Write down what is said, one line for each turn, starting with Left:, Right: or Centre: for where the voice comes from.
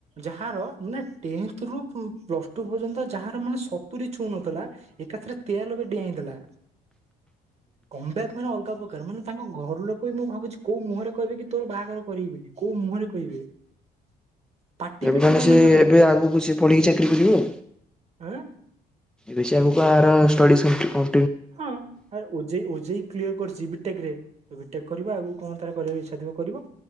Right: ଯାହା ତାର ମାନେ ଟେନ୍ଥ ରୁ ପ୍ଲସ ଟୁ ପର୍ଯ୍ୟନ୍ତ। ଯାହାର ମାନେ ସତୁରି ଛୁଉଁ ନଥିଲା ଏକାଥରେ ତେୟାଲବେ ଡେଇଁଦେଲା। କମ୍ବେକ୍ ମାନେ ଅଲଗା ପ୍ରକାର। ମାନେ ତାଙ୍କ ଘର ଲୋକ ବି ମୁଁ ଭାବୁଛି କୋଉ ମୁହଁରେ କହିବେ କି ତୋର ବାହାଘର କରିବି ବୋଲି। କୋଉ ମୁହଁରେ କହିବେ। <inaudible> ଫିଟିବନି
Centre: ମାନେ ସେ
Right: ତାଙ୍କର ଆଉ
Centre: ଏବେ ଆଗକୁ ସେ ପଢ଼ିକି ଚାକିରରି କରିବେ ଆଉ
Right: ଆଁ
Centre: ବେଶୀ ଆଗକୁ ଆର ଷ୍ଟଡି ସେଣ୍ର କ
Right: ହଁ ଆରେ ଓଜେଇ ଓଜେଇ କ୍ଲିୟର କରିଛି ବିଟେକରେ ବିଟେକ୍ କରିବ। ଆଗକୁ କଣ ତାର କରିବାକୁ ଇଚ୍ଛାଥିବ କରିବ।